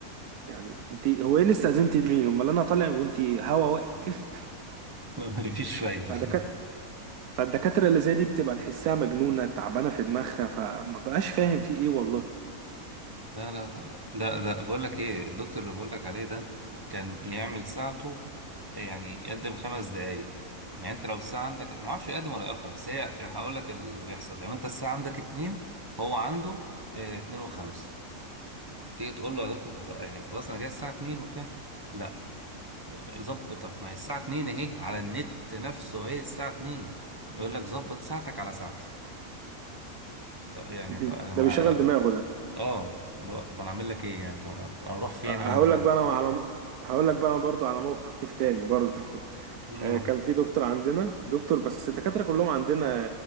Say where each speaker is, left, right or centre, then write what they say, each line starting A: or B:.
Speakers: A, on the right (about 80°); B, on the right (about 15°).
A: يعني أنت هو إيه اللي استأذنت مين؟ أمال أنا طالع وأنت هوا واقف
B: <laughs> مفيش فايدة
A: فده كان فالدكاترة اللي زي دي بتبقى تحسها مجنونة تعبانة في دماغها فما بقاش فاهم في ايه والله
B: لا لا لا لا. ده ده بقول لك ايه الدكتور اللي بقول لك عليه ده كان يعمل ساعته يعني يقدم خمس دقايق يعني انت لو الساعة عندك ما اعرفش يقدم ولا يأخر بس هي هقول لك اللي بيحصل لو انت الساعة عندك اتنين هو عنده اه اتنين وخمسة تيجي تقول له يا دكتور خ- يعني خلاص انا جاي الساعة اتنين وبتاع لا ظبط طب ما هي الساعة اتنين اهي على النت نفسه اهي الساعة اتنين يقول لك ظبط ساعتك على ساعتي طب يعني
A: <laughs>
B: طب انا ما
A: ده بيشغل
B: انا
A: دماغه ده
B: اه اللي هو طب انا اعمل لك ايه يعني طب انا أنا اروح فين
A: هقول
B: انا دلوقتي
A: لك بقى انا على هقول لك بقى انا برضو على موقف تاني برضو <laughs>
B: اه
A: آه، كان في دكتور عندنا دكتور بس الدكاترة كلهم عندنا